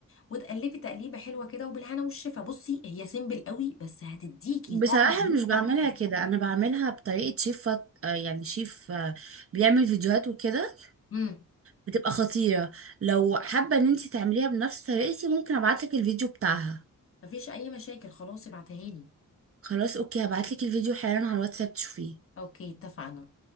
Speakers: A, on the left (about 40°); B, on the right (about 45°).
A: وتقلبي تقليبه حلوه كده وبالهنا والشفا بصي هي سيمبل قوي بس هتديكي
B: بصراحة
A: طعم مش
B: مش بعملها
A: طبيعي
B: كده انا بعملها بطريقة شيف فط... آه، يعني شيف آه، بيعمل فيديوهات وكده
A: امم
B: بتبقى خطيرة لو حابة ان انت تعمليها بنفس طريقتي ممكن ابعتلك الفيديو بتاعها
A: مفيش اي مشاكل خلاص ابعتها لي
B: خلاص اوكي هبعتلك الفيديو حالا على الواتساب تشوفيه
A: اوكي اتفقنا